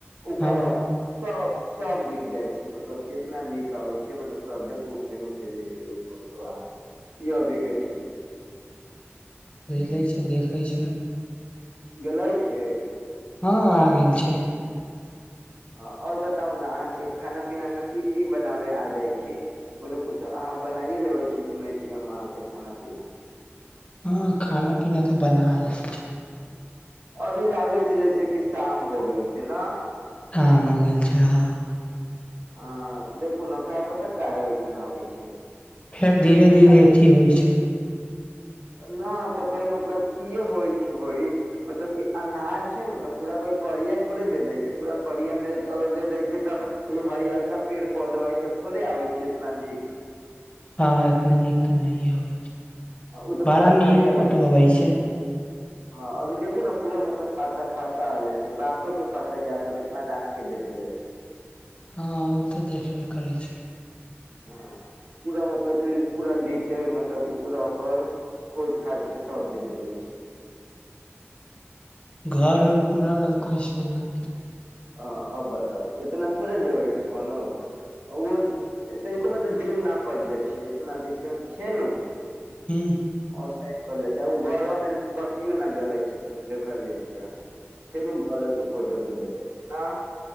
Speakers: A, on the right (about 50°); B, on the left (about 30°).
A: उपरवा
B: हँ
A: सब -सब दिक जाय छै मतलब की एतना नीक आबै छै मतलब सब देखु फेनो भेजे छै एगो फोटो आहाँ। ई अभी के छै।
B: भेजै छै देखै छै।
A: गेलै छै?
B: हँ आ गेल छै।
A: हँ और बताउ ने आहाँ के खाना पीना मे की- की बनाबे आ जाइ छी? कोनो कुछो आहाँ बनाइये लेबे छी सुनेै छी हम आहाँ के खाना -पीना?
B: हँ खाना पीना तऽ बनालै।
A: अभी लागे छै जैसे कि शाम हो गेल छै नऽ?
B: शाम हो गेल छै हँ।
A: अं देखू नऽ का पता काहे एसन आबै छै।
B: फेर धीरे
A: ई
B: -धीरे अथि होय छै।
A: ना तकै मतलब ई होय छै होई। मतलब की अन्हार छै न तऽ पूरा कोई करिया थोड़े दे दै छै पूरा करिया मेघ अगर दे दै छै। तऽ ई हरियरका पेड़ पौधवा ई सब थोड़े आबे छीयै इतना नीक।
B: हँ एतना नीक तऽ नहि ए आबै छै
A: ओ तऽ
B: बड़ा
A: पूरा
B: निक
A: करिया
B: फोटो
A: लागे
B: अबै छै।
A: हँ अभी देखू न पूरा मतलब पाता- पाता एले छै बाँसो के पाता या तक केितना रात के दे देले छै।
B: हँ ओ तऽ देखबे करै छै।
A: हँ पूरा मतलब की पूरा डिटेल मतलब की पूरा ओकर। खोज -खोज के सब दे देबे छै।
B: घर उर पूरा लौकै छै <unintelligible>
A: हँ अब बताबू एतना थोड़े देबै छै कोनो। ओहो एते <unintelligible> जुम न करले छै उतना जैसे छै ने उ-
B: हूँ।
A: ओ सही करले छै आ घरो मे बत्तियो न जले छै देखलइ। छी आहाँ फेरो घरे के फोटो दे देने छै ना-